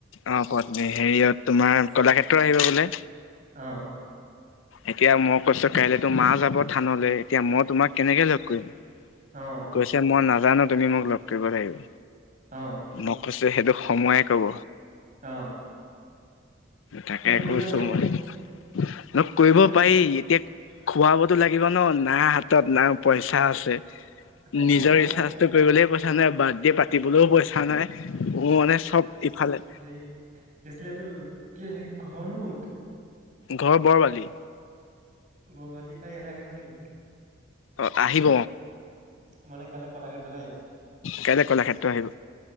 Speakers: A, on the left (about 80°); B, on the right (about 40°).
A: অ পত্নী হেৰিয়ত তোমাৰ কলাক্ষেত্ৰ আহিব বোলে।
B: অহ।
A: এতিয়া মই কৈছো কাইলৈ তো মা যাব থানলৈ এতিয়া মই তোমাক কেনেকে লগ কৰিম।
B: অঁহ।
A: কৈছে মই নাজানো তুমি মোক লগ কৰিব লাগিব।
B: অহ।
A: মই কৈছো সেইটো সময়ে ক'ব।
B: অঁহ।
A: তাকে
B: কৰিবাহি
A: কৈছোঁ
B: আকৌ
A: মই। লগ কৰিব
B: কৰিবাহি
A: পাৰি এতিয়া
B: অ
A: খোৱা ব টো লাগিব ন না হাতত না পইচা আছে।
B: অ
A: নিজৰ ৰিচাৰ্জটো কৰিবলৈ পইচা নাই বাৰ্থডে পাতিবলৈও পইচা নাই। মোৰ মানে চব ইফালে।
B: সেই। কি আছিলে সিটো কি আছিলে ঘৰনো ক'ত?
A: ঘৰ বৰ বালি।
B: বৰালীৰ পৰা ইয়ালৈ আহিব নেকি?
A: অ আহিব,
B: মানে কাইলৈ কলাক্ষেত্ৰলৈ আহিব
A: কাইলে কলাক্ষেত্ৰ আহিব।